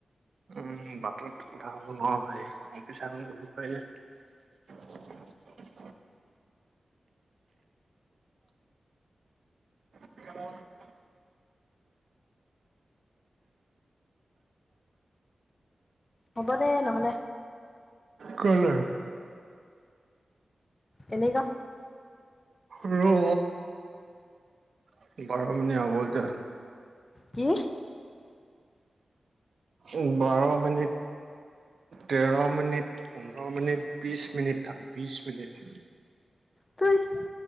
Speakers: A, on the right (about 65°); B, on the left (about 25°).
A: উম, বাটত কথা ক'ব নোৱাৰো ভাই, অফিচা <unintelligible> <unintelligible> <unintelligible>
B: হ'ব দে নহ'লে।
A: কেলে?
B: এনেই <inaudible>
A: ৰো। <unintelligible> হ'ব এতিয়া।
B: কি?
A: উম বাৰ মিনিট তেৰ মিনিট, পোন্ধৰ মিনিট, বিশ মিনিট থাক, বিশ মিনিট।
B: তই